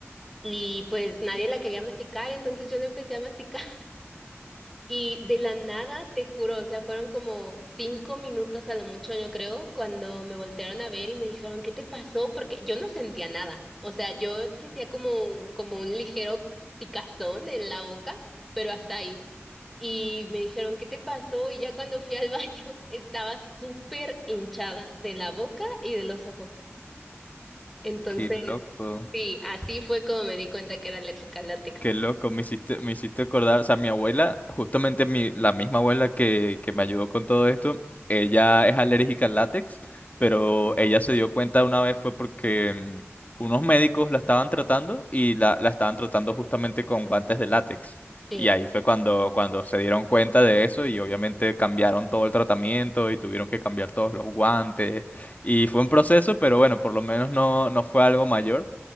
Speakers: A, in the centre; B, on the left.
A: Y pues nadie la quería masticar, entonces yo la empecé a masticar. Y de la nada, te juro, o sea, fueron como cinco minutos a lo mucho, yo creo, cuando me voltearon a ver y me dijeron, ¿qué te pasó? Porque yo no sentía nada. O sea, yo sentía como, como un ligero picazón en la boca, pero hasta ahí. Y me dijeron, ¿qué te pasó? Y ya cuando fui al baño, <laughs> estaba súper hinchada de la boca y de los ojos. Entonces,
B: Qué loco.
A: sí, así fue como me di cuenta que era alérgica al látex.
B: Qué loco, me hiciste, me hiciste acordar, o sea, mi abuela, justamente mi, la misma abuela que, que me ayudó con todo esto, ella es alérgica al látex, pero ella se dio cuenta una vez fue porque mm, unos médicos la estaban tratando y la, la estaban tratando justamente con guantes de látex.
A: Sí,
B: Y ahí fue cuando, cuando se dieron cuenta de eso y obviamente cambiaron todo el tratamiento y tuvieron que cambiar todos los guantes. Y fue un proceso, pero bueno, por lo menos no, no fue algo mayor.